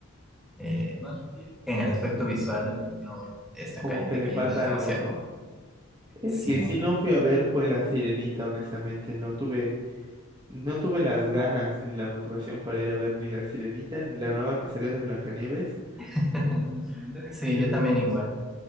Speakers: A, in the centre; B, on the right (about 20°).
A: eh, en el aspecto visual no está
B: como
A: cay-
B: que
A: decayendo
B: le falta
A: demasiado.
B: algo, ¿no? El
A: Sí,
B: que sí no fui a ver fue La Sirenita, honestamente, no tuve no tuve las ganas ni la motivación para ir a ver ni La Sirenita ni la nueva que salió de Blancanieves.
A: <laughs> sí, yo también igual.